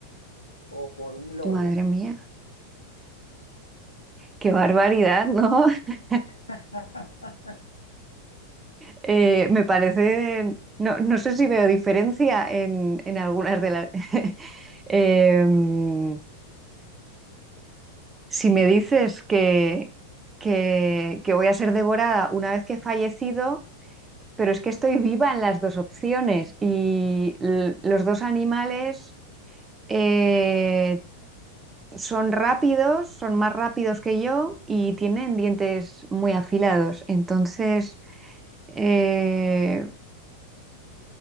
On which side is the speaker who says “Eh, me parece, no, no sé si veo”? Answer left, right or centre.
Right